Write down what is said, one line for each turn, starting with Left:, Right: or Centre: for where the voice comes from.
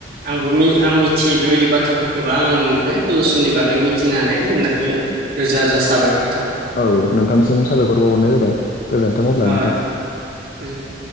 Right: आंबो आं मिथियोै बेबायदि बाथ्राफोरखौबा आंनिफ्राय पलिउसननि बागै मिथिनो हानायखाय नोंनाखौ रोजा रोजा साबायर
Left: औ नोंथांसिम साबायखर बावहरनाय जाबाय गोजोन्थों अब्ला
Right: ओ
Left: नोंथां
Right: दे गोजोनथों